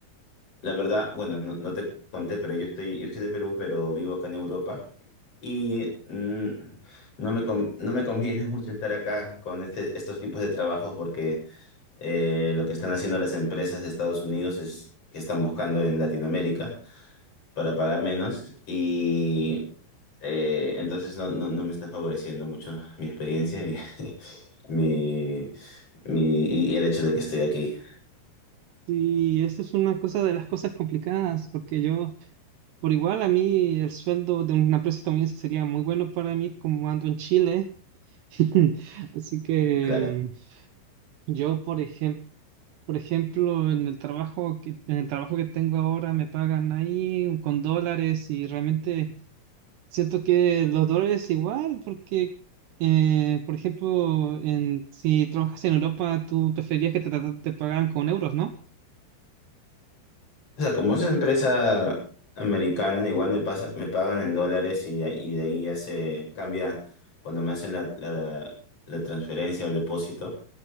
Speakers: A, on the left; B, on the right.
A: la verdad, bueno, no, no te conté, pero yo estoy, yo soy de Perú, pero vivo acá en Europa y mm, no me, con- no me conviene <laughs> mucho estar acá con este- estos tipos de trabajos porque... eh, lo que están haciendo las empresas de Estados Unidos es que están buscando en Latinoamérica para pagar menos y eh, entonces no, no, no me está favoreciendo mucho mi experiencia y, <laughs> mi, mi- y el hecho de que estoy aquí,
B: Y eso es una cosa de las cosas complicadas, porque yo Por igual, a mí el sueldo de una empresa estadounidense sería muy bueno para mí, como ando en Chile. <laughs> Así que
A: claro.
B: yo, por ejemplo, por ejemplo, en el trabajo que, en el trabajo que tengo ahora me pagan ahí con dólares y realmente siento que los dólares igual, porque, eh, por ejemplo, en, si trabajas en Europa, tú preferirías que te, te te pagaran con euros, ¿no?
A: O sea, como es una empresa americana, igual me pasa, me pagan en dólares y, y de ahí ya se cambia cuando me hacen la, la la transferencia o el depósito.